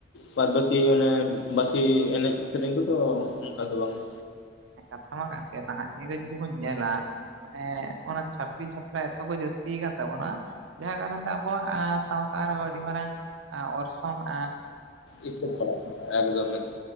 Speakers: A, on the left; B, on the right.
A: ᱵᱟᱫᱽ ᱵᱟᱠᱤ ᱚᱱᱮ ᱵᱟᱠᱤ ᱮᱱᱮᱡ ᱥᱮᱨᱮᱧ ᱠᱚᱫᱚ ᱚᱱᱠᱟ ᱫᱚ ᱵᱟᱝᱟ᱾
B: ᱦᱮᱸ ᱠᱟᱛᱷᱟ ᱦᱚᱸ ᱠᱟᱱ ᱜᱮᱭᱟ ᱱᱟᱦᱟᱜ ᱫᱤᱱ ᱨᱮ ᱡᱩᱫᱤ ᱵᱚᱱ ᱧᱮᱞᱟ, ᱢᱟᱱᱮ ᱚᱱᱟ ᱪᱷᱟᱯᱨᱤ ᱪᱷᱟᱯᱲᱟ ᱮᱛᱚ ᱠᱚ ᱡᱟᱹᱥᱛᱤ ᱟᱠᱟᱱ ᱛᱟᱵᱚᱱᱟ, ᱡᱟᱦᱟᱸ ᱠᱟᱨᱚᱱ ᱛᱮ ᱟᱵᱚᱣᱟᱜ ᱥᱟᱶᱛᱟ ᱨᱮᱦᱚᱸ ᱟᱹᱰᱤ ᱢᱟᱨᱟᱝ ᱚᱨᱥᱚᱝ ᱮ
A: ᱮᱥᱚᱵ ᱪᱟᱞᱟᱜ ᱠᱟᱱᱟ ᱮᱠᱫᱚᱢ ᱮᱠᱫᱚᱢ᱾